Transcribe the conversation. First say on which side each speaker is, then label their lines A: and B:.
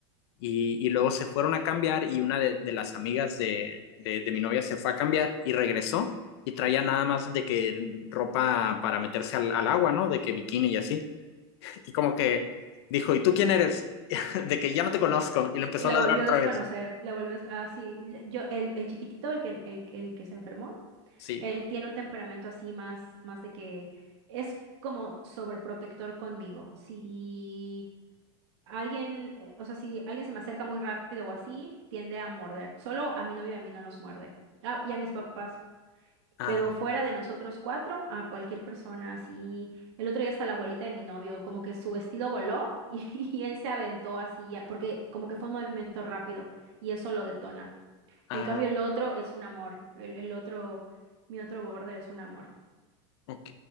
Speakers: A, on the left (about 70°); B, on the right (about 75°).
A: Y, y luego se fueron a cambiar y una de, de las amigas de, de, de mi novia se fue a cambiar y regresó y traía nada más de que ropa para meterse al, al agua, ¿no? De que bikini y así. Y como que dijo, ¿y tú quién eres? <laughs> De que ya no te conozco. Y le empezó
B: Y la
A: a ladrar
B: volvió
A: otra
B: a desconocer.
A: vez.
B: La volvió a... des- Ah, sí. le- Yo, el, el chiquitito, el que, el, el que se enfermó,
A: Sí.
B: él tiene un temperamento así más, más de que es como sobreprotector conmigo. Si alguien, eh, o sea, si alguien se me acerca muy rápido o así, tiende a morder. Solo a mi novio y a mí no nos muerde. Ah, y a mis papás.
A: Ah,
B: Pero fuera de nosotros cuatro, a cualquier persona así. El otro día hasta la abuelita de mi novio, como que su vestido voló y, <laughs> y él se aventó así, a- porque como que fue un movimiento rápido y eso lo detona.
A: ah,
B: En cambio, el otro es un amor. El, el otro, mi otro border es un amor.
A: ok.